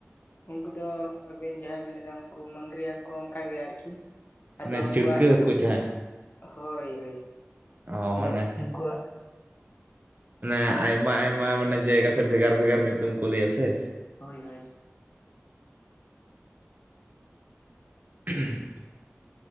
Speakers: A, on the left; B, on the right.
A: ᱩᱱᱠᱩ ᱫᱚ ᱟ. ᱵᱤᱱ ᱡᱟᱦᱟᱸᱭ ᱵᱤᱱ ᱞᱟᱹᱭᱟ ᱮᱫᱟ ᱩᱱᱠᱩ ᱢᱝᱜᱽᱨᱤ ᱦᱟᱹᱠᱩ ᱚᱱᱠᱟ ᱜᱮ ᱟᱨᱠᱤᱼᱼᱼ ᱟᱫᱚ
B: ᱢᱟᱱᱮ
A: ᱩᱱᱠᱩᱣᱟᱜ
B: ᱪᱤᱲᱠᱟᱹ ᱦᱟᱹᱠᱩ ᱡᱟᱦᱟᱸᱭ
A: ᱦᱳᱭ ᱦᱳᱭ᱾
B: ᱚ
A: ᱟᱫᱚ
B: ᱢᱟᱱᱮ
A: ᱩᱱᱠᱩᱣᱟᱜᱼᱼᱼ
B: ᱢᱟᱱᱮ ᱟᱭᱢᱟ ᱟᱭᱢᱟ ᱢᱟᱱᱮ ᱡᱟᱭᱜᱟ ᱥᱮᱫ ᱵᱷᱮᱜᱟᱨ ᱵᱷᱮᱜᱟᱨ ᱧᱩᱛᱩᱢ ᱠᱚ ᱞᱟᱹᱭᱟ ᱥᱮ?
A: ᱦᱳᱭ ᱦᱳᱭ᱾
B: <inaudible>